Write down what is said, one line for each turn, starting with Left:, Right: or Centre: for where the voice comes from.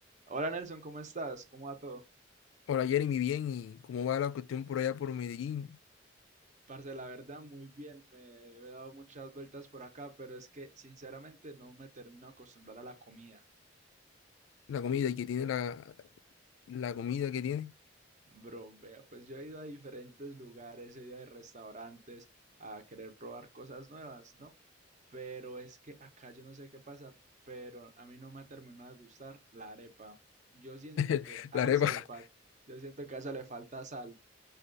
Right: Hola Nelson, ¿cómo estás? ¿Cómo va todo?
Left: Hola Jeremy, bien, ¿y cómo va la cuestión por allá por Medellín?
Right: Parce, la verdad, muy bien. Me he dado muchas vueltas por acá, pero es que sinceramente no me termino de acostumbrar a la comida.
Left: La comida, ¿y qué tiene la, la comida que tiene?
Right: Bro, vea, pues yo he ido a diferentes lugares, he ido a restaurantes a querer probar cosas nuevas, ¿no? Pero es que acá yo no sé qué pasa, pero a mí no me ha terminado de gustar la arepa. Yo siento
Left: <laughs>
Right: que a
Left: La arepa,
Right: eso le falta, yo siento que a eso le falta sal.